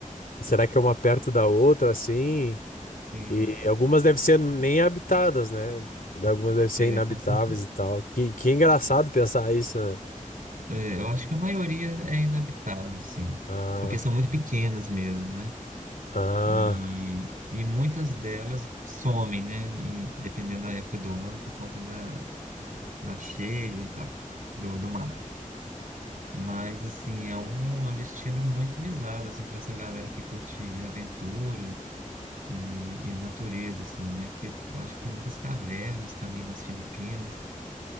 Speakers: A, on the left (about 85°); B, on the right (about 75°).
A: E será que é uma perto da outra, assim?
B: Tem-
A: E algumas devem ser nem habitadas, né? Algumas devem ser
B: é,
A: inabitáveis
B: com certeza.
A: e tal. Que, que engraçado pensar isso, né?
B: É, eu acho que a maioria é inabitável, assim,
A: Ah,
B: porque são muito pequenas mesmo, né?
A: ah,
B: E, e muitas delas somem, né? E dependendo da época do ano, por conta da, da cheia e tal, do, do mar. Mas, assim, é um, é um destino muito visado, assim, para essa galera que curte aventura e, e natureza, assim, né? Porque eu acho que tem muitas cavernas também nas Filipinas.